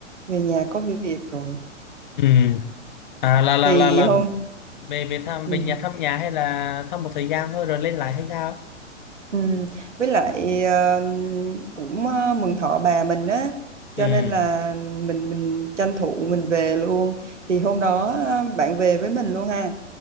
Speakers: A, on the right; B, on the left.
A: về nhà có việc rồi
B: Ừ. À, là là
A: thì
B: là là
A: hôm
B: về về thăm
A: ừ,
B: về nhà thăm nhà hay là thăm một thời gian thôi rồi lên lại hay sao?
A: ừ. với lại ờ, cũng ờ, mừng thọ bà mình á cho
B: Ừ.
A: nên là mình mình tranh thủ mình về luôn thì hôm đó ờ, bạn về với mình luôn ha